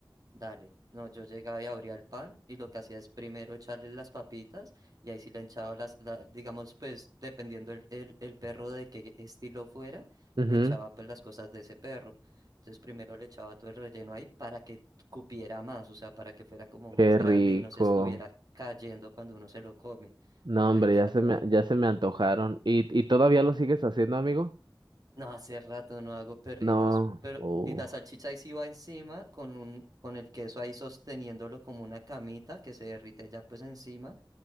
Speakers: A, on the right; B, on the right.
A: Dale, no, yo llegaba y abría el pan y lo que hacía es primero echarle las papitas y ahí sí le echaba las, la- digamos, pues dependiendo el, el, el perro de qué estilo fuera,
B: Ujú,
A: le echaba pues las cosas de ese perro. Entonces primero le echaba todo el relleno ahí para que cupiera más, o sea, para que fuera como
B: Qué
A: más grande
B: rico.
A: y no se estuviera cayendo cuando uno se lo come,
B: No,
A: sino
B: hombre,
A: ahí queda
B: ya se
A: todo
B: me, ya se me antojaron. ¿Y, y todavía lo sigues haciendo, amigo?
A: No, hace rato no hago perritos,
B: No.
A: pero
B: Uh,
A: y la salchicha ahí sí va encima con un con el queso ahí sosteniéndolo como una camita que se derrite ya pues encima